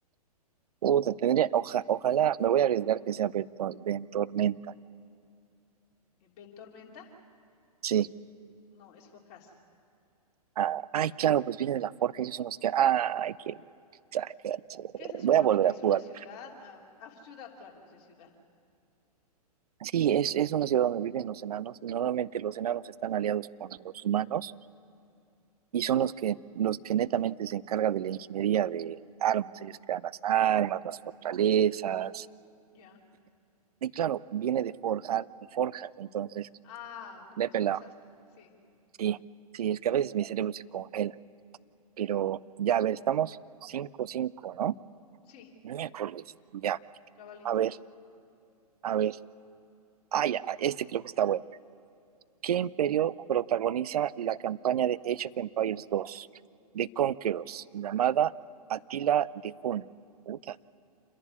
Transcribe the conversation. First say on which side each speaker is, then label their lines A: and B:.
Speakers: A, on the right; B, on the left.
A: Puta, tendría, oja- ojalá, me voy a arriesgar que sea Ben, Ben Tormenta.
B: Eh, ¿Ventormenta?
A: Sí.
B: No, es Forjas.
A: Ah, ay, claro, pues viene de la Forja, ellos son los que. Ay, qué. sacache.
B: ¿Qué se supone
A: Voy a volver
B: que es
A: a jugar.
B: una ciudad? Ah, ah, ciudad, claro, dice ciudad.
A: Sí, es, es una ciudad donde viven los enanos. y Normalmente los enanos están aliados con los humanos y son los que, los que netamente se encargan de la ingeniería de armas. Ellos crean las armas, las fortalezas.
B: Ya.
A: Y claro, viene de forjar, forjas, entonces,
B: Ah, no,
A: de
B: pues
A: pelado.
B: te pasaste. Sí,
A: Sí, sí, es que a veces mi cerebro se congela. Pero ya, a ver, estamos cinco cinco ¿no?
B: sí,
A: Miércoles, ya.
B: cabalito.
A: A ver, a ver. Ah, ya, este creo que está bueno. ¿Qué imperio protagoniza la campaña de Age of Empires dos de Conquerors, llamada Atila de Hun? Puta.